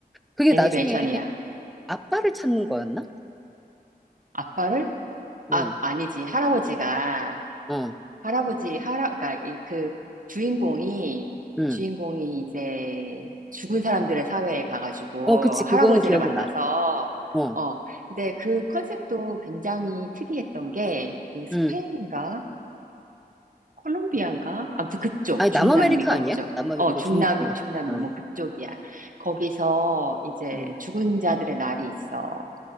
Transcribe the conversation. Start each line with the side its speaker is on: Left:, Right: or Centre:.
Centre: 그게
Right: 애니메이션이야.
Centre: 나중에 아빠를 찾는 거였나?
Right: 아빠를? 아,
Centre: 응,
Right: 아니지. 할아버지가,
Centre: 어,
Right: 할아버지, 할아, 그러니까 이- 그 주인공이,
Centre: 응.
Right: 주인공이 이제 죽은 사람들의 사회에 가가지고
Centre: 어, 그치.
Right: 할아버지를
Centre: 그거는 기억이
Right: 만나서,
Centre: 나. 어,
Right: 어, 근데 그 컨셉도 굉장히 특이했던 게 그 스페인인가?
Centre: 응.
Right: 콜롬비아인가? 아무튼 그쪽,
Centre: 아니,
Right: 중남미
Centre: 남아메리카
Right: 거죠.
Centre: 아니야? 남아메리카
Right: 어, 중남,
Centre: 중남미.
Right: 중남미,
Centre: 응,
Right: 뭐 그쪽이야. 거기서 이제
Centre: 응.
Right: 죽은 자들의 날이 있어.